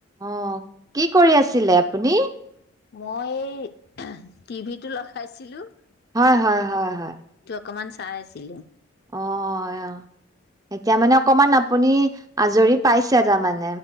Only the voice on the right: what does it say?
অ', কি কৰি আছিলে আপুনি?
হয় হয় হয় হয়।
অ', অ', এতিয়া মানে অকমান আপুনি আজৰি পাইছে তাৰমানে?